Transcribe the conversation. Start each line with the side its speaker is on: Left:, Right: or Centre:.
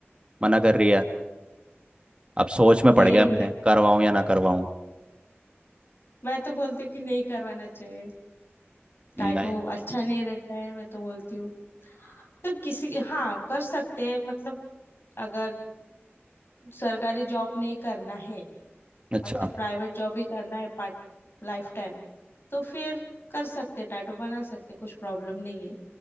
Right: मना कर रही है अब सोच में
Left: वही
Right: पड़ गया मैं
Left: मैं
Right: करवाऊं या ना करवाऊं
Left: मैं तो बोलती हूँ कि नहीं करवाना चाहिए टैटू
Right: नहीं
Left: अच्छा नहीं रहता है मैं तो बोलती हूँ मतलब किसी हाँ कर सकते हैं मतलब अगर सरकारी जॉब नहीं करना है
Right: अच्छा
Left: मतलब प्राइवेट जॉब ही करना है पार्ट लाइफ टाइम तो फिर कर सकते हैं टैटू बना सकते हैं कुछ प्रॉब्लम नहीं है